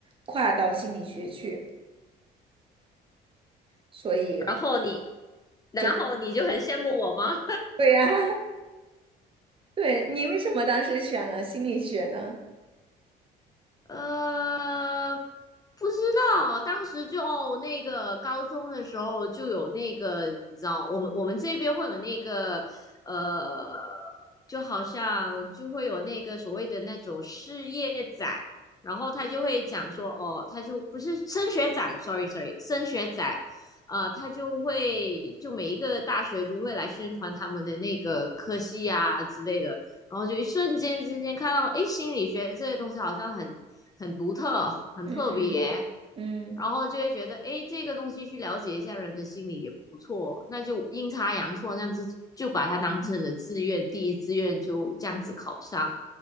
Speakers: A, on the right (about 30°); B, on the left (about 20°).
A: 跨到心理学去，所以
B: 然后你，然后你就很羡慕我吗？
A: 就，对呀，<laughs> 对，你为什么当时选了心理学呢？
B: 呃，不知道，当时就那个高中的时候就有那个，你知道，我们我们这边会有那个，呃，就好像就会有那个所谓的那种事业展，然后他就会讲说，哦，他就不是升学展，sorry sorry，升学展，呃，他就会就每一个大学就会来宣传他们的那个科系啊之类的。然后就一瞬间之间看到，诶，心理学这些东西好像很很独特、很特别，
A: 嗯嗯嗯。
B: 然后就会觉得，诶，这个东西去了解一下人的心理也不错，那就阴差阳错这样子就把它当成了志愿，第一志愿就这样子考上了。